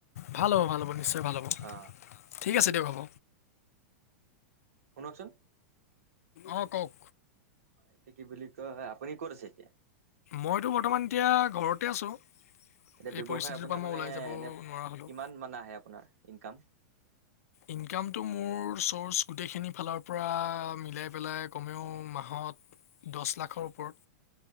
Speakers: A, on the left (about 80°); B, on the right (about 80°).
A: ভাল হ' ভাল হ' নিশ্চয় ভাল হব
B: অ
A: ঠিক আছে দিয়ক হ'ব
B: শুনকচোন
A: অ কোক
B: এতি কি বুলি কয় আপুনি ক'ত আছে এতিয়া
A: মইতো বৰ্তমান এতিয়া ঘৰতে আছোঁ
B: এতিয়া
A: এই পৰিস্থিতিটোৰ
B: ব্যৱসায় আপোনাৰ
A: পৰা মই
B: মানে
A: ওলাই যাব
B: এনেই
A: নোৱাৰা হ'লোঁ।
B: কিমান মানে আহে আপোনাৰ ইনকাম
A: ইনকামটো মোৰ চ'ৰ্চ গোটেইখিনি ফালৰ পৰা মিলাই পেলাই কমেও মাহত দহ লাখৰ ওপৰত